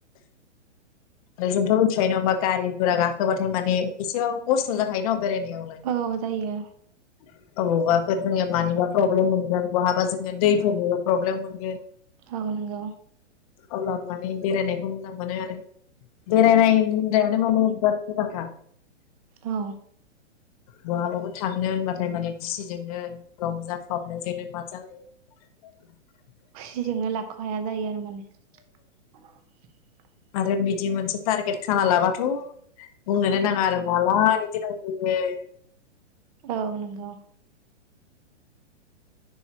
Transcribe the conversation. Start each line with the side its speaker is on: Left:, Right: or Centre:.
Left: ओमफ्राय जोंथ' मिथिखायो नङा होमबा गारि गुरा गाखोबाथाय माने एसेबाबो खस्थ' जाखायो न बेरायनो <unintelligible>
Right: औ जायो
Left: अबावबाफोर जोङो मानिबा प्रब्लेम मोनगोन बहाबा जोङो दैफोर प्रब्लेम मोनगोन
Right: औ नंगौ
Left: अब्ला माने बेरायनाय मोजां मोनो आरो बेरायनाय <unintelligible> बिराद मोजांखा।
Right: औ
Left: बहाबाबो थांनो होनबाथाय माने खुसिजोंनो रंजा <unintelligible>
Right: बिजोंनो लाख' हाया जायो आरो माने। <unintelligible>
Left: आरो बिदि मोनसे टारगेट खाना लाबाथ' बुंनो नो नाङा आरो माला बि दिना मोनफैगोन
Right: औ नंगौ